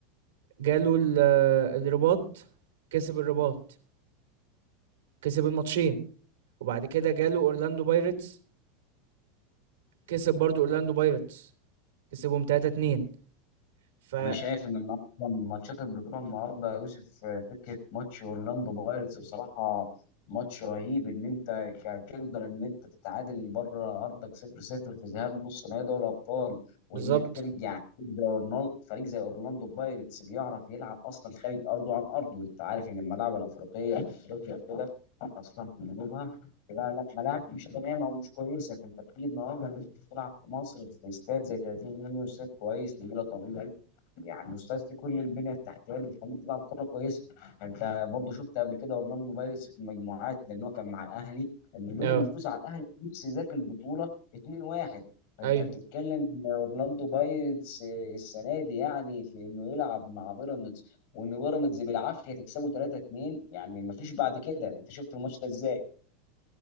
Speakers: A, on the right; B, on the left.
A: جاله ال- الرباط كسب الرباط كسب الماتشين وبعد كده جاله اورلاندو بايرتس كسب برضو اورلاندو بايرتس كسبهم 3-2 ف
B: انا شايف ان النهارده من ماتشات البطوله النهارده يا يوسف آه، فكره ماتش اورلاندو بايرتس بصراحه ماتش رهيب ان انت ك- تقدر ان انت تتعادل بره ارضك 0-0 في ذهاب نص نهائي دوري الابطال وانك
A: بالظبط
B: ترجع فريق زي أورلاندو فريق زي اورلاندو بايرتس بيعرف يلعب اصلا خارج ارضه عن ارضه انت عارف ان الملاعب الافريقيه في افريقيا وكده خاصه في جنوبها لا، ملاعب مش تمام او مش كويسه فانت بتيجي النهارده إن انت تلعب في مصر في استاد زي 30 مليون استاد كويس نجيله طبيعي يعني استاذ في كل البنيه التحتيه اللي تخليك تلعب كوره كويسه انت برضه شفت قبل كده ورنان موبايلس في المجموعات لان هو كان مع الاهلي انه
A: اه
B: قدر يفوز على الاهلي نفس ذاك البطوله 2-1 فانت
A: ايوه
B: بتتكلم إن اورلاندو بايرتس السنه دي يعني في انه يلعب مع بيراميدز وان بيراميدز بالعافيه تكسبه 3-2 يعني ما فيش بعد كده انت شفت الماتش ده ازاي